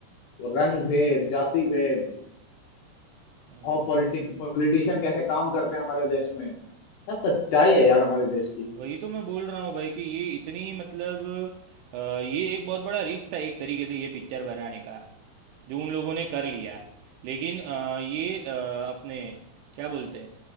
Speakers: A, on the left (about 75°); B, on the right (about 80°).
A: वो रंग भेद जाति भेद
B: हाँ
A: और पॉलिटिक पॉलिटिशियन कैसे काम करते हैं हमारे देश में सब सच्चाई है यार हमारे देश की
B: वही तो मैं बोल रहा हूँ भाई कि ये इतनी मतलब अ, ये एक बहुत बड़ा रिस्क था एक तरीके से ये पिक्चर बनाने का जो उन लोगों ने कर लिया लेकिन अ, ये अ, अपने क्या बोलते हैं